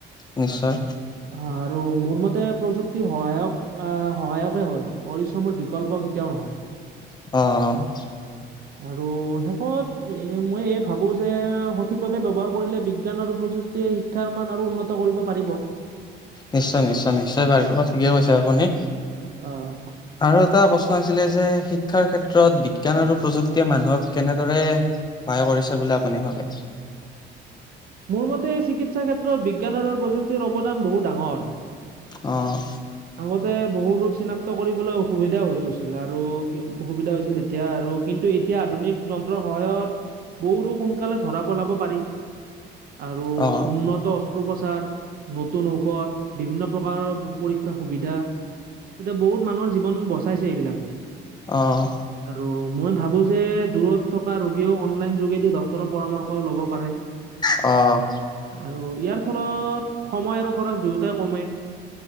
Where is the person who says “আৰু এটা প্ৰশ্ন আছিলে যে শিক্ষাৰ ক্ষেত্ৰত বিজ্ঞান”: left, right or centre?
Left